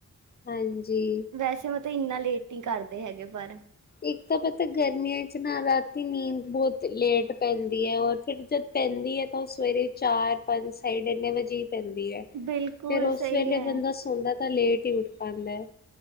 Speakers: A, on the left; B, on the right.
A: ਹਾਂਜੀ।
B: ਵੈਸੇ ਮੈ ਤਾਂ ਏਨਾ ਲੇਟ ਨ ਕਰਦੇ ਹੈਗੇ ਪਰ।
A: ਈਕ ਤਾਂ ਪਤਾ ਗਰਮੀਆਂ ਚ ਨਾ ਰਾਤੀ ਨੀਂਦ ਬੌਤ ਲੇਟ ਪੈਂਦੀ ਐ ਔਰ ਫੇਰ ਜਦ ਪੈਂਦੀ ਐ ਤਾਂ ਓ ਸਵੇਰੇ ਚਾਰ-ਪੰਜ ਸਾਈਡ ਐਨੇ ਵਜੇ ਈ ਪੈਂਦੀ ਐ।
B: ਬਿਲਕੁਲ
A: ਫੇਰ ਉਸ
B: ਸਹੀ
A: ਵੇਲੇ
B: ਹੈ
A: ਬੰਦਾ ਸੋਦਾ ਤਾਂ ਲੇਟ ਈ ਉੱਠ ਪਾਂਦੈ।